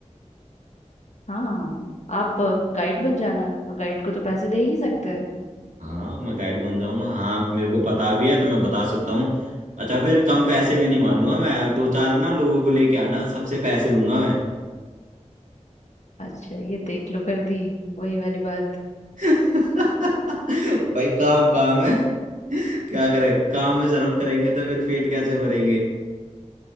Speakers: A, on the left (about 65°); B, on the right (about 85°).
A: हाँ हाँ आप गाइड बन जाना और गाइड को तो पैसे दे ही सकते हैं
B: हाँ मैं गाइड बन जाऊंगा हाँ मेरे को पता भी है तो मैं बता सकता हूँ अच्छा फिर कम पैसे में नहीं मानूंगा मैं दो चार ना लोगों को लेके आना सबसे पैसे लूंगा मैं
A: अच्छा ये देख लो कर दी वही वाली बात
B: <laughs> भाई काम काम है क्या करें काम में शर्म करेंगे तो फिर पेट कैसे भरेंगे